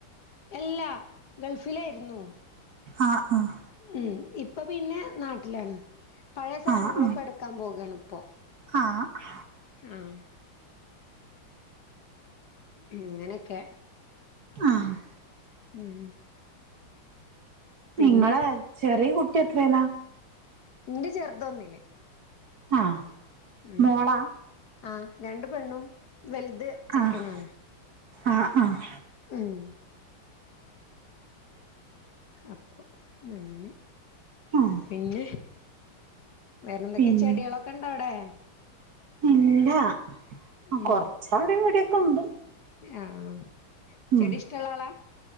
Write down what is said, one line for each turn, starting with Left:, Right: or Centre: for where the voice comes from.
Left: എല്ലാ ഗൾഫിലേയ്രുന്നു
Right: ആഹ ആഹ്
Left: ഉം ഇപ്പൊ പിന്നെ നാട്ടിലാണ് പഴയ സാധനങ്ങളൊക്കെ
Right: ആഹ് ആഹ്
Left: എടുക്കാൻ പോവയാണ് ഇപ്പൊ
Right: ആഹ്
Left: ആഹ് ഇങ്ങനെയൊക്കെ
Right: ആഹ്
Left: ഉം പിന്നെ
Right: നിങ്ങള് ചെറിയ കുട്ടി എത്രല്ലാ
Left: ഇന്റെ ചെറുതോന്നില്
Right: ആഹ്
Left: ഉം
Right: മോളാ
Left: ആ രണ്ട് പെണ്ണും വലുത് ചെക്കനുമാണ്
Right: ആഹ് ആഹ് ആഹ്
Left: ഉം അപ്പൊ അങ്ങനെ
Right: ആഹ്
Left: പിന്നെ വേറെന്തൊക്കെ
Right: പിൻ
Left: ചെടികളൊക്കെ ഇണ്ടോ അവിടെ?
Right: ഇല്ല ആ
Left: ഉം
Right: കൊറച്ച അവിടെയും ഇവിടൊ ക്കെണ്ട്
Left: ആഹ്
Right: ഉം
Left: ചെടി ഇഷ്ടള്ള ആളാ?